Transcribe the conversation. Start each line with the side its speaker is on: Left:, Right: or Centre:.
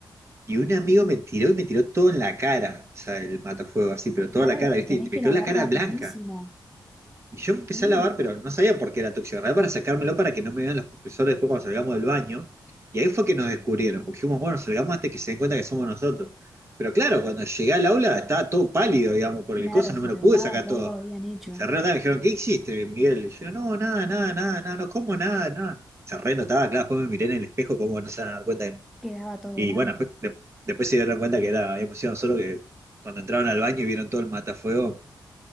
Right: Y un amigo me tiró y me tiró todo en la cara, o sea, el matafuego así, pero
Centre: Claro,
Right: toda la cara,
Centre: te
Right: ¿viste?
Centre: tenés
Right: Y me
Centre: que
Right: quedó
Centre: lavar
Right: la cara
Centre: rapidísimo,
Right: blanca. Y yo empecé
Centre: sí,
Right: a lavar, pero no sabía por qué era tóxico. Agarré para sacármelo para que no me vean los profesores después cuando salgamos del baño. Y ahí fue que nos descubrieron, porque dijimos, bueno, salgamos antes que se den cuenta que somos nosotros. Pero claro, cuando llegué al aula estaba todo pálido, digamos, por
Centre: claro,
Right: el coso, no
Centre: se
Right: me lo
Centre: notaba
Right: pude sacar
Centre: que
Right: todo.
Centre: algo habían hecho,
Right: Y se renotaba, me dijeron, ¿qué hiciste, Miguel? Y yo, no, nada, nada, nada, nada, no como nada, nada. Se renotaba, claro, después me miré en el espejo, como no se van a dar cuenta. de-
Centre: quedaba todo
Right: Y
Centre: blanco.
Right: bueno, después, de- después se dieron cuenta que era, emoción solo que cuando entraron al baño y vieron todo el matafuego,